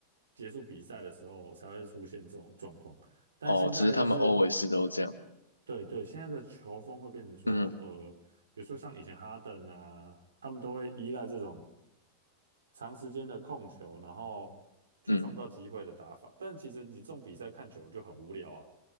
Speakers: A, on the right; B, on the left.
A: 结束比赛的时候才会出现这种状况。但现在就是
B: 哦，只是他们 always 都这样。
A: 对对，现在的球风会变成说，
B: 嗯
A: 呃，比如说像以前哈登啊，他们都会依赖这种长时间的控球，然后去创造机会的打法。
B: 嗯，
A: 但其实你这种比赛看久了就很无聊啊，